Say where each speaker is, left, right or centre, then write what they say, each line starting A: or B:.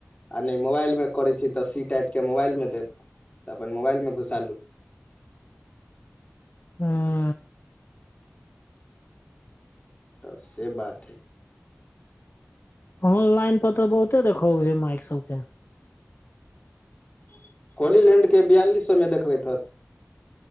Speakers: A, on the left (about 30°); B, on the left (about 55°).
A: आ नइ मोबाइलमे करै छी तऽ सी टाइपके मोबाइलमे देत तऽ अपन मोबाइलमे घुसालू
B: हूँ
A: तऽ से बात हइ
B: ऑनलाइन पर तऽ बहुते देखबे हइ माइक सबके <inaudible>
A: कोलीलैंडके बियालिस सौ मे देखबैत होत